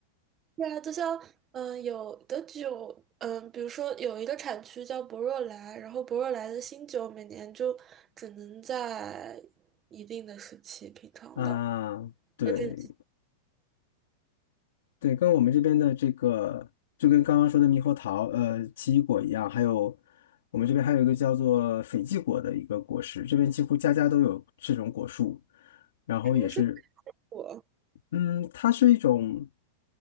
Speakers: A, on the right (about 20°); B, on the left (about 70°).
A: 对啊，就像嗯，有的酒，嗯，比如说有一个产区叫博若莱，然后博若莱的新酒每年就只能在一定的时期品尝到。
B: <laughs> 啊。对
A: 在这个季
B: 对，跟我们这边的这个，就跟刚刚说的猕猴桃、呃奇异果一样，还有我们这边还有一个叫做斐济果的一个果实，这边几乎家家都有这种果树，然后也是
A: 什么是果？
B: 嗯，它是一种，